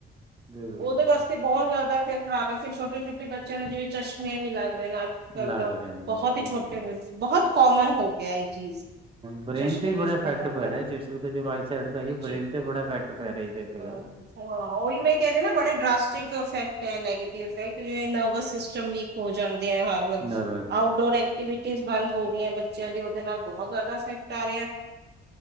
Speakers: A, on the right; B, on the right.
A: ਬਿਲਕੁਲ
B: ਓਦੇ
A: ਜੀ
B: ਵਾਸਤੇ
A: ਬਿਲਕੁਲ
B: ਬਹੁਤ ਜਾਦਾ ਫੇ ਖਰਾਬ ਐ ਛੋਟੇ- ਛੋਟੇ ਬੱਚੇਆਂ ਨੂੰ ਜਿਵੇਂ ਚਸ਼ਮੇ ਵੀ ਲੱਗ ਰੇ ਆ ਤਾਂ
A: ਲੱਗ ਰਹੇ ਨੇ
B: ਬਹੁਤ
A: ਜੀ
B: ਹੀ
A: ਬਿਲਕੁਲ
B: ਛੋਟੇ ਬ ਸਿ ਬਹੁਤ ਕੋਮਨ ਹੋ ਗੇਆ ਏਹ ਚੀਜ਼
A: ਬਰੇਨ
B: ਚਸ਼ਮੇ
A: ਤੇ ਈ, ਬੜਾ
B: ਚਸ਼ਮੇ
A: ਅਫੈਕਟ
B: ਦਾ
A: ਪੈ
B: ਤਾਂ
A: ਰੇਆ,
B: ਨਾ
A: ਚਸ਼ਮੇ ਤੇ ਚਲੋ ਆਈਸੈਡ ਤਾਂ ਹੈਈ ਈ।
B: ਜੀ
A: ਬ੍ਰੇਨ ਤੇ ਬੜਾ ਆਫੈਕਟ ਪੈ ਰੇਅ ਜੀ ਤੇ ਫੇਰ
B: ਹਾਂ ਹਾਂ, ਓਈ ਮੈ ਕੇਹ ਰਏ ਨਾ, ਬੜੇ ਡਰਾਸਟਿਕ ਅਫੈਕਟ ਐ ਨੈਗੇਟਵ ਅਫੈਕਟ ਜਿਵੇਂ ਸਿਸਟਮ ਵੀਕ ਹੋ ਜਾਂਦੇ ਹਰ ਰੋਜ਼,
A: ਨਰਵ
B: ਆਊਟਡੋਰ ਐਕਟਿਵ ਸ, ਬੰਦ ਹੋ ਗਈਆਂ ਬੱਚੇਆਂ ਦੇ ਓਦੇ ਨਾਲ ਬਹੁਤ ਜਾਦਾ ਅਫੈਕਟ ਆ ਰੇਆਂ